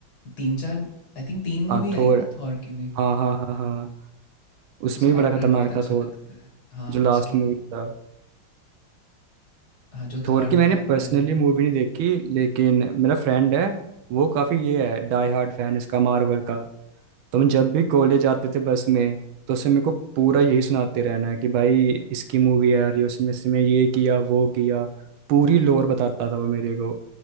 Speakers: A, on the left (about 50°); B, on the right (about 75°).
A: तीन चार आई थिंक तीन मूवी
B: हाँ थोर
A: आई ना थॉर की भी
B: हाँ हाँ हाँ हाँ उसमें
A: उसका
B: भी
A: एक्टर
B: बड़ा खतरनाक
A: बहुत अच्छा
B: था थोर
A: लगता है हाँ
B: जो लास्ट
A: उसकी
B: मूवी था
A: हाँ जो थॉर
B: थोर की
A: में
B: मैंने
A: एक्टर
B: पर्सनली
A: है
B: मूवी नहीं देखी लेकिन मेरा फ्रेंड है वो काफी ये है डाई हार्ड फैन इसका मार्वल का तो हम जब भी कॉलेज जाते थे बस में तो उससे मेरे को पूरा यही सुनाते रहना है कि भाई इसकी मूवी आ रही है उसमें इसमें ये किया वो किया पूरी लोर बताता था वो मेरे को